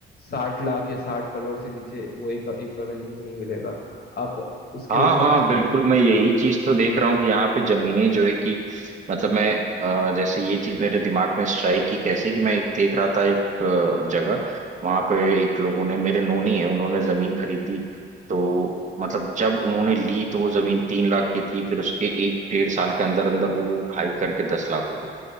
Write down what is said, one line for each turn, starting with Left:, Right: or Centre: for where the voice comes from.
Left: साठ लाख या साठ करोड़ से नीचे वो एक एकड़ का जमीन नहीं मिलेगा अब उसके
Right: हाँ
Left: ऊपर
Right: और हाँ
Left: से
Right: बिल्कुल
Left: भी
Right: मैं यही चीज तो देख रहा हूँ कि यहाँ पे जमीनें जो है कि मतलब मैं अ, जैसे ये चीज मेरे दिमाग में स्ट्राइक की कैसे कि मैं एक देख रहा था एक अ, जगह वहां पे एक लोगों ने मेरे नोनी है उन्होंने जमीन खरीदी तो मतलब जब उन्होंने ली तो वो जमीन तीन लाख की थी फिर उसके एक डेढ़ साल के अंदर अंदर वो हाइक करके दस लाख हो गई